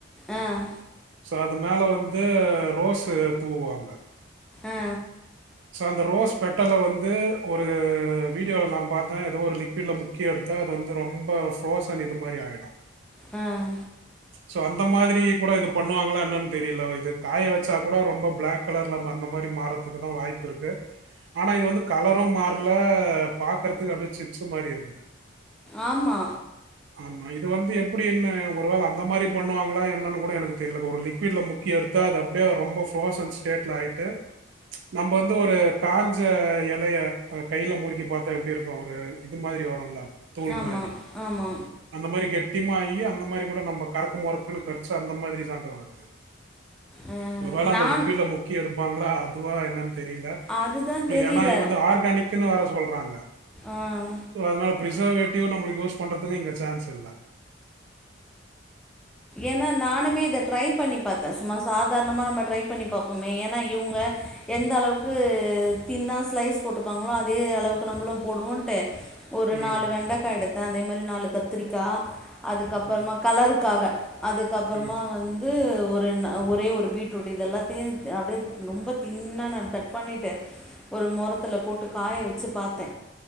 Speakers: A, in the centre; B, on the right.
A: அஹ்
B: சோ அது மேல வந்து ரோஸ் தூவுவாங்க
A: ஆ
B: சோ அந்த ரோஸ் பெட்டல வந்து ஒரு வீடியோல நான் பாத்தே ஏதோ ஒரு லிக்விட்ல முக்கி எடுத்தா அது வந்து ரொம்ப ரோசன் இது மாரி ஆயிடு
A: அஹ்
B: சோ அந்த மாதிரி கூட இது பண்ணுவாங்களா என்னன்னு தெரியல இது காய வச்சா கூட ரொம்ப பிளாக் கலர்ல அந்த மாதிரி மாறதுக்கு தான் வாய்ப்பு இருக்கு ஆனா இது வந்து கலரும் மாறல பாகுறதுக்கு அப்டியே ஷிப்ஸ் மாரி இருக்கு
A: ஆமா
B: ஆமா இது வந்து எப்டி என்ன ஒருவேள அந் அந்த மாரி பண்ணுவாங்களா என்னன்னு கூட எனக்கு தெரியலக்கா ஒரு லிக்விட்டில் முக்கி எடுத்தா அது அப்டியே ரொம்ப ஃப்ரோசன் ஸ்டேட்டில் ஆயிட்டு நம்ம வந்து ஒரு காஞ்ச எலைய கைல முறுக்கி பாத்தா எப்டி இருக்கு ஒரு இது மாதிரி வரும்ல தோல்
A: ஆமா
B: மாரி
A: ஆமா
B: அந்த மாரி கெ திம்மாயி அந்த மாதிரி கூட நம்ப கறக்கு முறக்குன்னு கச்சு அந்த மாதிரிதாங்க வருது
A: ஆ
B: ஒருவேள அந்த
A: நான்
B: லிக்யூட்ல முக்கி எடுப்பாங்களா அதுவா என்ன தெரிலா
A: அதுதான் தெரியல
B: ஏன்னா இங்க வந்து ஆர்கானிக்குனு வர சொல்றாங்க
A: ஆ
B: அதனால பிரிசர்வேட்டிவ் நம்மளுக்கு யோஸ் பண்றதுக்கு இங்க சான்ஸ் இல்ல
A: ஏன்னா நானுமே இத ட்ரை பண்ணி பார்த்தேன் சும்மா சாதாரணமா நம்ம ட்ரை பண்ணி பார்ப்போமே ஏன்னா இவங்க எந்த அளவுக்கு தின்னா ஸ்லைஸ் போட்டுக்காங்களோ அதே அளவுக்கு நம்மளும் போடுவோன்ட்டு ஒரு
B: ம்
A: நாலு வெண்டைக்கா எடுத் அதே மாதிரி நாலு கத்திரிக்காய் அதுக்கப்பறமா
B: ம்
A: கலருக்காக அதுக்கப்பறமா
B: ம்
A: வந்து த ஒரு ன ஒரே ஒரு பீட்ரூட் இது எல்லாத்தையு அப்படியே ரொம்ப தின்னா நா கட் பண்ணிட்டு ஒரு மொரத்துல போட்டு காய வச்சு வச்சு பாத்தே